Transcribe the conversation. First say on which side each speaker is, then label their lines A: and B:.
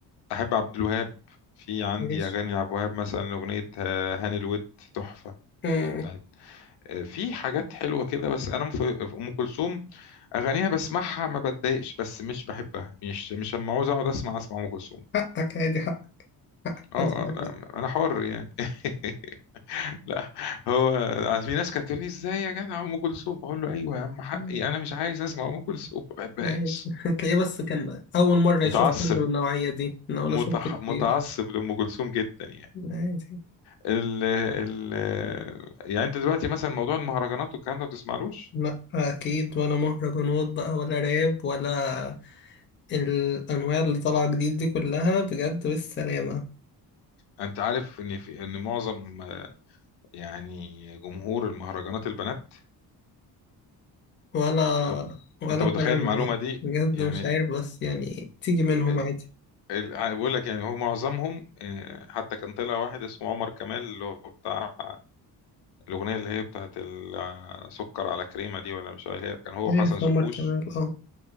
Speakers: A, on the left; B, on the left.
A: احب عبد الوهاب في عندي
B: ماشي
A: اغاني عبد الوهاب مثلا اغنيه آه، هاني الود تحفه
B: أمم،
A: بتاعت آه في حاجات حلوه كده بس انا في في ام كلثوم اغانيها بسمعها ما بتضايقش بس مش بحبها مش مش لما عاوز اقعد اسمع اسمع ام كلثوم
B: حقك عادي حقك حقك
A: اه
B: محدش يقول
A: اه
B: لك
A: لا
B: لا
A: انا حر يعني <laughs> لا هو في ناس كانت تقول لي ازاي يا جدع ام كلثوم اقول له ايوه يا عم حقي
B: أمم.
A: انا مش عايز اسمع ام كلثوم ما بحبهاش
B: لا عادي <laughs> هتلاقيه بس كان أول مرة يشوف
A: متعصب
B: حد من النوعية دي أنا وأنا
A: متح...
B: شفت كتير
A: متعصب لام كلثوم جدا يعني
B: لا عادي
A: ال... ال... يعني انت دلوقتي مثلا موضوع المهرجانات والكلام ده ما بتسمعلوش
B: لا أكيد ولا مهرجانات بقى ولا راب ولا الأنواع اللي طالعة جديد دي كلها بجد بالسلامة
A: انت عارف ان في ان معظم يعني جمهور المهرجانات البنات
B: ولا
A: طب
B: ولا
A: انت متخيل
B: فارقة معايا
A: المعلومه دي
B: بجد
A: يعني
B: مش عارف بس يعني تيجي منهم
A: ال...
B: عادي
A: ال... بقول لك يعني هو معظمهم آه، حتى كان طلع واحد اسمه عمر كمال اللي هو بتاع الأغنية اللي هي بتاعت ال- سكر على كريمة دي ولا مش عارف هي- كان هو
B: عارف
A: وحسن شاكوش
B: عمر كمال اه